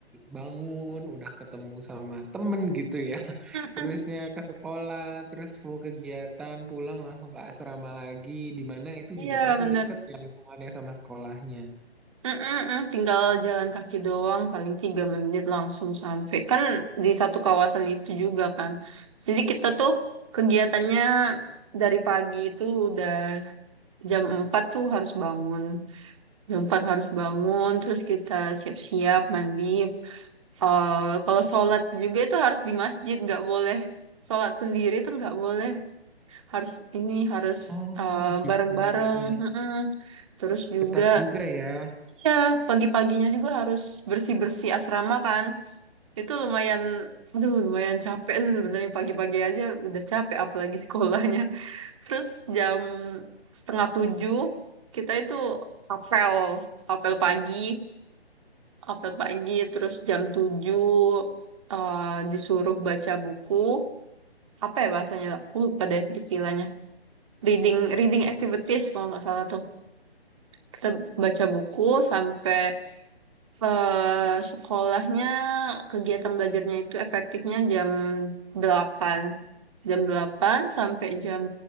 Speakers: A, in the centre; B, on the right.
A: bangun, udah ketemu sama temen gitu ya. <laughs>
B: <laughs>
A: Terusnya ke sekolah, terus full kegiatan, pulang langsung ke asrama lagi. Di mana itu
B: Iya
A: juga pasti
B: benar
A: deket ya lingkungannya sama sekolahnya.
B: Mm-mm-mm, tinggal jalan kaki doang, paling tiga menit langsung sampai. Kan di satu kawasan itu juga kan. Jadi kita tuh kegiatannya dari pagi itu udah jam 4 tuh harus bangun. Jam 4 harus bangun, terus kita siap-siap mandi. Eh, kalau sholat juga itu harus di masjid, nggak boleh sholat sendiri tuh nggak boleh. Harus ini harus
A: Oh
B: eh,
A: gitu,
B: bareng-bareng.
A: ya.
B: Mm-mm. Terus juga
A: Ketat juga ya.
B: Iya, pagi-paginya juga harus bersih-bersih asrama kan. Itu lumayan, aduh lumayan capek sih sebenarnya pagi-pagi aja udah capek apalagi sekolahnya. Terus jam setengah tujuh kita itu apel, apel pagi, apel pagi. Terus jam tujuh eh, disuruh baca buku. Apa ya bahasanya? Aku Lupa deh istilahnya. Reading, reading activities kalau nggak salah tuh. Kita baca buku sampai eh sekolahnya kegiatan belajarnya itu efektifnya jam delapan Jam 8 sampai jam